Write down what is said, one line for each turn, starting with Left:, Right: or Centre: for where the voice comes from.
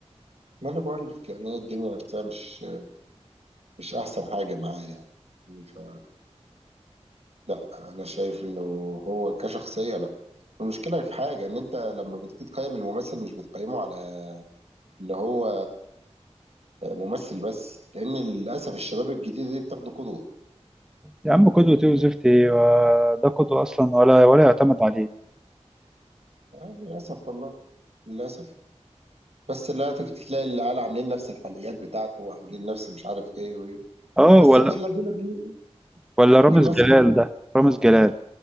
Right: ما انا بقول لك يعني هي الدنيا نفسها مش مش احسن حاجه معاه يعني ف لا انا شايف انه هو كشخصيه لا المشكله في حاجه ان انت لما بتيجي تقيم الممثل مش بتقيمه على ان هو ممثل بس لان للاسف الشباب الجديده دي بتاخده قدوه
Centre: يا عم قدوة ايه وزفت ايه و- ده قدوة أصلا ولا ولا يعتمد عليه
Right: يعني للاسف والله للاسف بس لا تيجي تلاقي العيال عاملين نفس الحلقيات بتاعته وعاملين نفس مش عارف ايه وايه
Centre: اه
Right: بس
Centre: ولا
Right: ابن اللذينه بي-
Centre: ولا
Right: بيجي
Centre: رامز
Right: يمثل
Centre: جلال ده رامز جلال